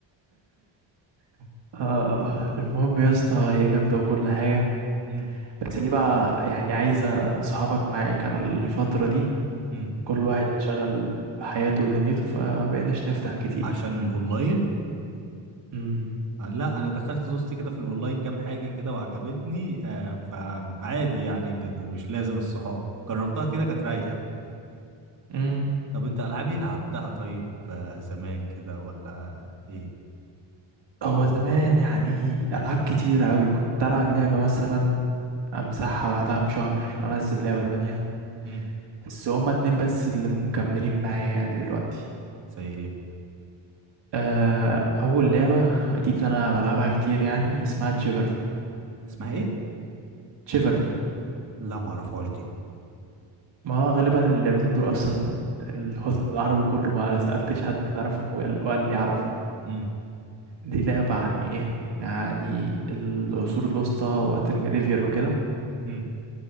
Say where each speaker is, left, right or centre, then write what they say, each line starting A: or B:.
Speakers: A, on the right; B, on the right.
A: <laughs> آه المهم يا اسطى هي جامدة وكل حاجة
B: امم
A: بس دي بقى يعني عايزة صحابك معاك انا الفترة دي
B: امم
A: كل واحد انشغل بحياته ودنيته فمبقيناش نفتح كتير
B: عشان الاونلاين
A: امم
B: لا انا دخلت دوست كده في الاونلاين كام حاجه كده وعجبتني آه فعادي يعني بال- مش لازم الصحاب جربتها كده كانت رايقه
A: امم
B: طب انت العاب ايه لعبتها طيب آه زمان كده ولا ايه
A: هو زمان يعني ألعاب كتيرة أوي كنت ألعب لعبة مثلا أمسحها بعدها بشهر أنزل لعبة تانية
B: امم
A: بس هما اتنين بس اللي مكملين معايا يعني دلوقتي
B: زي ايه
A: آه، أول لعبة دي اللي أنا بلعبها كتير يعني اسمها تشيفرلي
B: اسمها ايه
A: تشيفرلي
B: لا ما اعرفهاش دي
A: ما هو غالبا اللعبتين دول أصلا الوطن العربي كله ما سألتش حد تعرفهم وقال وقال لي أعرفهم
B: امم
A: دي لعبة عن ايه يعني العصور الوسطى وقت الميديفير وكده
B: امم